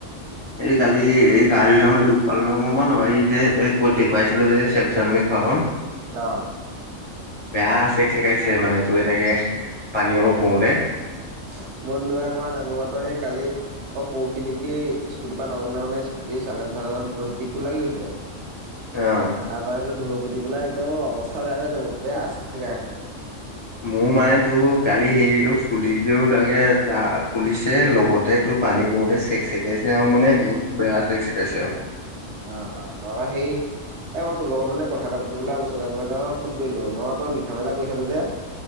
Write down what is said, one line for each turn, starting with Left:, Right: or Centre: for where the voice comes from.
Left: এই কালি এই গাড়ী ধুই থাকোঁতে দুখ পালোঁ নহয়, গম পাওঁনে বাৰু, এই ক'ত দেখুৱাইছিলোঁ যে চেল চেলন খোৱাখনন
Right: অ'।
Left: বেয়া চেক চেকাইছে মানে তই এনেকে পানী অলপ পৰোতে।
Right: <unintelligible> মইতো কোৱা নাই মোৰ মাত্ৰ সেই কালি অ' পৰখি নিকি স্কুটিৰ পৰা নামন মানে স্কুটি চালেঞ্চ তাৰ লগত ভৰি পিতটো লাগি গৈছিলে,
Left: অ
Right: তাৰ পৰা হেইটো ঢৌ পুতি পেলাই একদম অৱস্থা বেয়া হৈ যাব। বেয়া চেক চেকাই আছে।
Left: মোৰ মানে তোৰ কালি হেৰিটো ফুলিছেও তাকে ত' ফুলিছে লগতে তোৰ পানী পৰ চেক চিকাইছে আৰু মানে বহুত বেয়া চেক চিকাইছে আৰু।
Right: অ', অ' তাবা সেই এ, মই তোৰ লগৰ মানে কথা এটা পাতিবলৈ আলোচনা কৰিব মই ফোন কৰিলোঁ, অ' তই লিখা মেলা কৈ থাকোঁ যে।